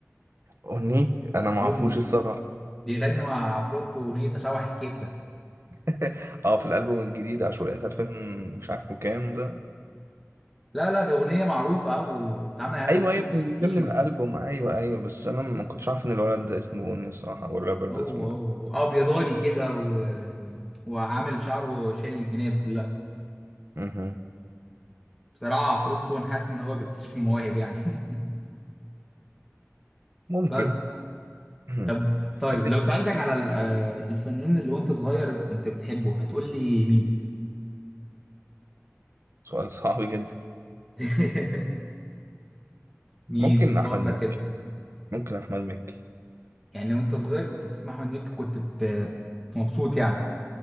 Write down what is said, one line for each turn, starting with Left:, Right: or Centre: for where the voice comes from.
Right: اغنية انا ما
Centre: أوني
Right: اعرفوش الصراحة
Centre: بيغني مع عفروتو أغنية أشوح الكبدة
Right: <laughs> اه في الالبوم الجديد عشوائيات 2000 مش عارف كام ده
Centre: لا لا ده أغنية معروفة أوي واتعمل عليها
Right: ايوه
Centre: تيك توكس
Right: ايوه كان
Centre: كتير
Right: من ضمن الالبوم ايوه ايوه بس انا ما كنتش عارف ان الولد ده اسمه بوني الصراحه او الرابر ده
Centre: هو
Right: اسمه
Centre: هو
Right: بوني.
Centre: هو ابيضاني كده و... و... وعامل شعره شايل الجناب كلها
Right: مهم.
Centre: بصراحه عفروتو انا حاسس ان هو بيكتشف المواهب يعني <laughs>
Right: ممكن
Centre: بس
Right: مهم.
Centre: طب طيب
Right: طب إيه؟
Centre: لو سالتك على ال- آه، الفنان اللي وانت صغير كنت بتحبه هتقول لي مين
Right: سؤال صعب جدا
Centre: <laughs> مين
Right: ممكن احمد
Centre: فكر
Right: مكي
Centre: كده
Right: ممكن احمد مكي
Centre: يعني وانت صغير كنت بتسمع منك كنت ب... مبسوط يعني